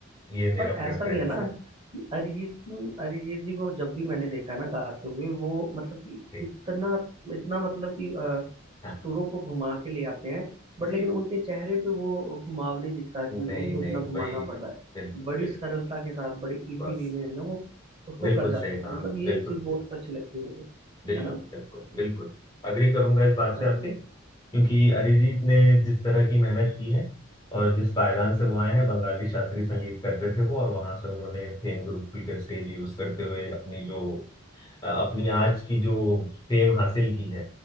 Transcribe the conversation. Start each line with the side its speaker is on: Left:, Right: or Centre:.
Left: ये मेरा
Right: और ऐसा
Left: प्रेफरेंस
Right: भी है ना
Left: है
Right: कि अरिजीत सिंह अरिजीत जी को जब भी मैंने देखा है ना गाते हुए वो मतलब कि
Left: ठीक
Right: इतना इतना मतलब कि अ,
Left: हाँ
Right: सुरों को घुमा के ले आते हैं बट
Left: जी
Right: लेकिन उनके चेहरे पे वो घुमाव नहीं दिखता कि
Left: नहीं
Right: उनको
Left: नहीं
Right: इतना घुमाना
Left: वही
Right: पड़ रहा है
Left: बिल्कुल
Right: बड़ी
Left: बिल्कुल
Right: सरलता के साथ बड़ी इजी
Left: बस
Right: वे में ना वो उसको
Left: बिल्कुल
Right: कर जाते
Left: सही
Right: हैं
Left: कहा
Right: मतलब
Left: आपने
Right: ये
Left: बिल्कुल
Right: चीज़
Left: सही
Right: बहुत अच्छी लगती है मुझे
Left: बिल्कुल
Right: है ना
Left: बिल्कुल बिल्कुल अग्री करूंगा इस बात
Right: हाँ
Left: से आपके
Right: जी
Left: क्योंकि अरिजीत ने जिस तरह की मेहनत की है और जिस पायदान से वो आए हैं बंगाली शास्त्रीय संगीत करते थे वो और वहां से उन्होंने फेम गुरुकुल के स्टेज यूज करते हुए अपनी जो अ, अपनी आज की जो फेम हासिल की है